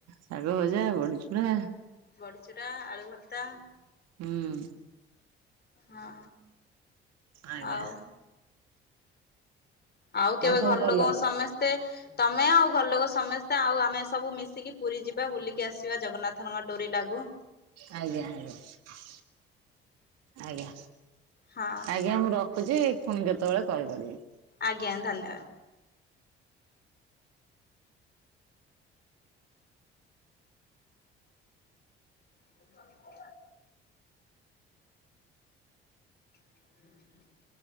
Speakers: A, on the right (about 55°); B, on the left (about 35°).
A: ଶାଗ ଭଜା ବଡିଚୁୁରା।
B: ବଡିଚୁରା ଆଳୁଭର୍ତ୍ତା
A: ହୁଁ
B: ହଁ।
A: ଆଜ୍ଞା
B: ଆଉ ଆଉ କେବେ
A: ସବୁ
B: ଘର
A: ଭଲ
B: ଲୋକଙ୍କୁ ସମସ୍ତେ ତମେ ଆଉ ଘର ଲୋକ ସମସ୍ତେ ଆଉ ଆମେ ସବୁ ମିଶିକି ପୁରୀ ଯିବା ବୁଲିକି ଆସିବା ଜଗନ୍ନାଥଙ୍କ ଡୋରି ଲାଗୁ।
A: ଆଜ୍ଞା, ଆଜ୍ଞା, ଆଜ୍ଞା।
B: ହଁ
A: ଆଜ୍ଞା ମୁଁ ରଖୁଛି, ଫୁଣି କେତେବେଳେ କଲ୍ କରିବି।
B: ଆଜ୍ଞା ଧନ୍ୟବାଦ। <inaudible> ହୁଁ <unintelligible>